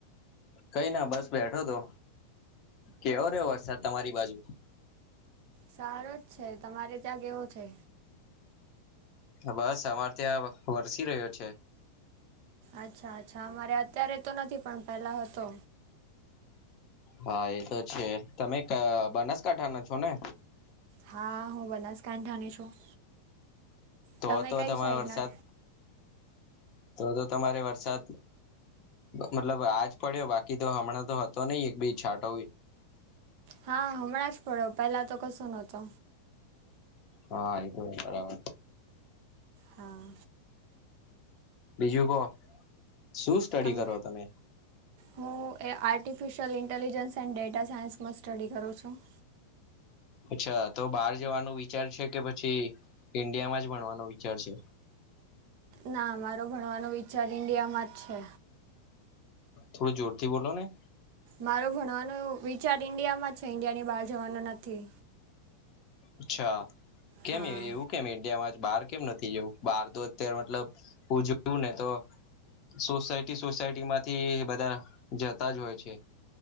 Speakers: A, on the left (about 40°); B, on the right (about 45°).
A: કઈ ના બસ બેઠો તો. કેવો રહ્યો વરસાદ તમારી બાજુ?
B: સારો જ છે. તમારે ત્યાં કેવો છે?
A: બસ અમારે ત્યાં વરસી રહ્યો છે.
B: અચ્છા અચ્છા અમારે અત્યારે તો નથી પણ પેલા હતો.
A: હા એ તો છે. તમે બનાસકાંઠા ના છો ને?
B: હા હું બનાસકાંઠઠાની છું.
A: તો
B: તમે
A: હતો
B: કઈ
A: તમારો
B: સાઈડના
A: વરસાદ તો તો તમારે વરસાદ મતલબ આજ પડ્યો બાકી તો હમણાં તો હતો નહિ એક બેી છાંટો.
B: હા હમણાં જ પડ્યો પહેલા તો કશો નતો.
A: હા એ તોય બરાબર.
B: હા.
A: બીજું કો. શું સ્ટડી
B: તમ
A: કરો તમે?
B: હું એ આર્ટિફિશિયલ ઇન્ટેલિજન્સ એન્ડ ડેટા સાયન્સમાં સ્ટડી કરું છું.
A: અચ્છા તો બહાર જવાનું વિચાર છે કે પછી ઈન્ડિયામાં જ ભણવાનો વિચાર છે.
B: ના અમારો ભણવાનો વિચાર ઈન્ડિયામાં જ છે.
A: થોડું જોરથી બોલોને.
B: મારો ભણવાનો વિચાર ઈન્ડિયામાં છે ઈન્ડિયા ની બહાર જવાનો નથી.
A: અચ્છા કેમ
B: હા
A: એવું કેમ ઈડિયામાં બહાર કેમ નથી જવું બહાર તો અત્યારે મતલબ ઉ જોવું ને તો સોસાયટી સોસાયટી માંથી બધા જતાજ હોય છે.